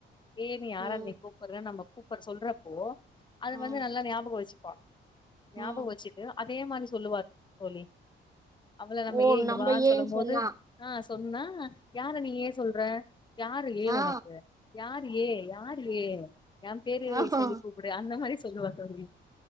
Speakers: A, on the left; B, on the right.
A: ஏய் யார
B: ம் ம்
A: நீ கூப்ற நம்ம கூப்ற சொல்றப்போ அது
B: ம்
A: வந்து நல்லா ஞாபகம் வச்சுப்ப ஞாபகம்
B: ம்
A: வச்சுட்டு அதே மாரி சொல்லுவா தோழி அவள நம்ம
B: ஓ
A: ஏய் இங்க வான்னு
B: ஏன்னு
A: சொல்லம் போது
B: சொன்னா
A: ஆ சொன்னா யார நீ ஏ சொல்ற யாரு ஏ
B: ஆ
A: உனக்கு யார் ஏ யார் ஏ எ பேரு
B: ஆஹா
A: சொல்லி கூப் டு அந்த மாரி சொல்லுவா தோழி